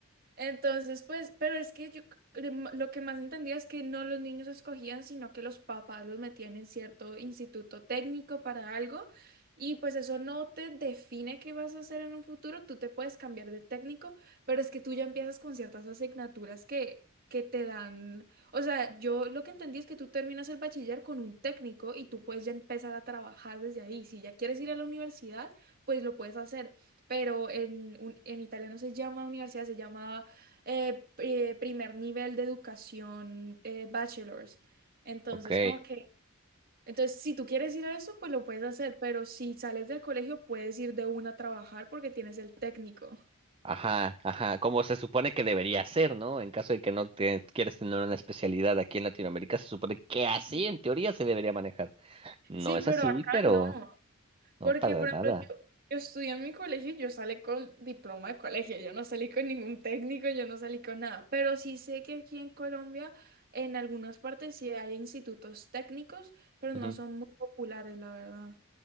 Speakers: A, on the right; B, on the right.
A: Entonces, pues, pero es que yo cre- m- lo que más entendía es que no los niños escogían, sino que los papás los metían en cierto instituto técnico para algo. Y pues eso no te define qué vas a hacer en un futuro, tú te puedes cambiar de técnico, pero es que tú ya empiezas con ciertas asignaturas que, que te dan, o sea, yo lo que entendí es que tú terminas el bachiller con un técnico y tú puedes ya empezar a trabajar desde ahí. Si ya quieres ir a la universidad, pues lo puedes hacer, pero en, un- en italiano se llama universidad, se llama eh, eh, primer nivel de educación eh, bachelor's. Entonces,
B: Ok.
A: como que, entonces, si tú quieres ir a eso, pues lo puedes hacer, pero si sales del colegio, puedes ir de una a trabajar porque tienes el técnico.
B: Ajá, ajá, como se supone que debería ser, ¿no? En caso de que no te quieras tener una especialidad aquí en Latinoamérica, se supone que así
A: Sí,
B: en teoría se debería manejar. No
A: Sí,
B: es
A: pero
B: así,
A: acá
B: pero
A: no,
B: no
A: porque,
B: para
A: por
B: nada.
A: ejemplo, yo, yo estudié en mi colegio y yo salí con diploma de colegio, yo no salí con ningún técnico, yo no salí con nada, pero sí sé que aquí en Colombia, en algunas partes sí hay institutos técnicos, pero no
B: Ujú.
A: son muy populares, la verdad.